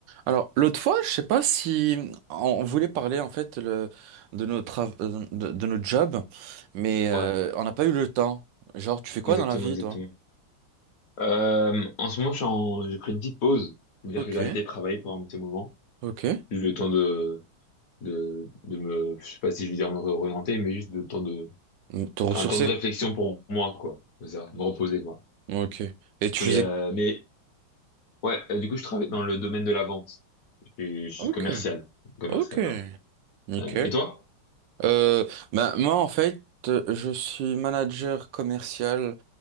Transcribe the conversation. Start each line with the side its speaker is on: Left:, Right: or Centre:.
Right: Alors, l'autre fois, je sais pas si on voulait parler en fait le- de nos trav- euh, de, de nos jobs, mais euh,
Left: Ouais,
Right: on n'a pas eu le temps. Genre, tu fais quoi
Left: exactement,
Right: dans la vie,
Left: exactement.
Right: toi?
Left: Euh, en ce moment, je suis en- j'ai pris une petite pause. C'est-à-dire
Right: Ok,
Left: que j'ai arrêté de travailler pour un petit moment.
Right: ok.
Left: juste le temps de, de, de me, je sais pas si je veux dire me réorienter, mais juste le temps de,
Right: Mm, Te ressourcer.
Left: un temps de réflexion pour moi, quoi. C'est Ça, me reposer, quoi.
Right: Ok. Et tu
Left: Et,
Right: faisais...
Left: euh, mais, ouais, euh, du coup, je travaille dans le domaine de la vente. Je, suis je suis
Right: Ok,
Left: commercial. Commercial,
Right: ok.
Left: hein.
Right: Nickel.
Left: Euh, Et toi?
Right: Euh, ben, moi, en fait, euh, je suis manager commercial